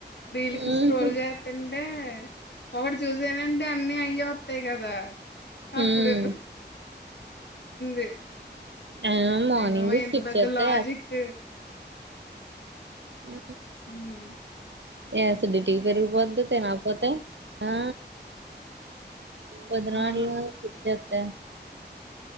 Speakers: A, on the left; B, on the right.
A: రీలికి
B: ఉహు
A: స్క్రోల్ చేత్తంటే ఒకటి చూసానంటె అన్నీ అయి వత్తయి గదా అప్పుడు
B: ఉమ్
A: టె
B: ఆ మార్నింగ్
A: అయి బాబోయ్
B: స్కిప్
A: ఇంత పెద్ద
B: చేస్తే
A: లాజిక్
B: ఉ
A: ఉహు
B: యాసిడిటి పెరిగిపొద్ది తినకపోతే ఆ పద్నాడు
A: అవును
B: ఇచ్చేత